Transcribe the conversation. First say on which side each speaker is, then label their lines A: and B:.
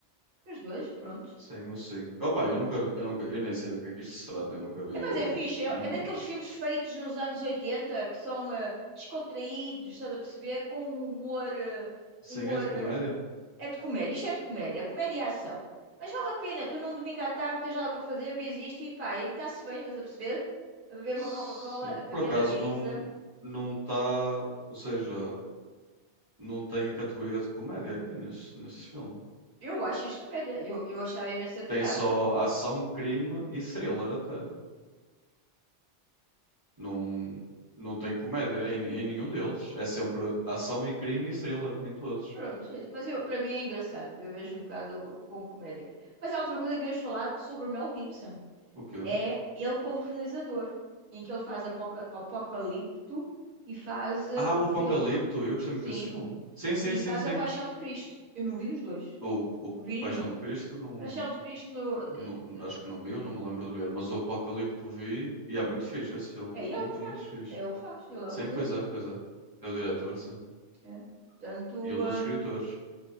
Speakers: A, on the right (about 50°); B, on the right (about 25°).
A: os dois, pronto.
B: Sim, o cinco Opa, eu nunca vi, eu nunca, eu nem sei do que é que isto se trata, eu nunca vi
A: É, mas
B: o
A: é fixe,
B: nenhum.
A: é, é daqueles filmes feitos nos anos 80 que são eh, descontraídos, estás a perceber? Com um humor. eh,
B: Sim,
A: humor.
B: é de comédia?
A: eh, é de comédia, isto é de comédia, comédia é ação. Mas vale a pena, tu num domingo à tarde não tens nada para fazer, vês isto e pá, e está-se bem, estás a perceber? A beber
B: Sim,
A: uma Coca-Cola, apanhar
B: por acaso
A: a brisa.
B: não não está, ou seja, não tem a categoria de comédia aqui neste, neste filme.
A: Eu acho isto comédia, eu, eu achava imensa piada.
B: Tem só ação, crime e thriller até. Não não tem comédia em, em nenhum deles. É sempre ação e crime e thriller em todos.
A: Pronto, é isso. Mas eu, para mim é engraçado, eu vejo um bocado como comédia. Mas há outra coisa que devemos falar sobre o Mel Gibson.
B: O quê?
A: é ele como realizador, em que ele faz Apoca- Apocalipto e faz eh,
B: Ah,
A: o
B: o
A: filme,
B: Apocalipto, eu gostei
A: sim,
B: muito desse filme. Sim, sim,
A: e
B: sim,
A: faz
B: sim.
A: A Paixão de Cristo. Eu não vi os dois,
B: O, o
A: não vi
B: Paixão
A: nenhum.
B: de Cristo não,
A: Paixão de Cristo no, de-
B: não
A: de-
B: acho que não vi,
A: n-
B: eu não me lembro de ver, mas o Apocalipto vi e é muito fixe esse filme,
A: é ele
B: muito,
A: que faz,
B: muito fixe.
A: é ele que faz, ele é
B: Sim,
A: o realizador.
B: pois é, pois é. É o diretor, sim.
A: é. Portanto,
B: E um dos
A: hum,
B: escritores.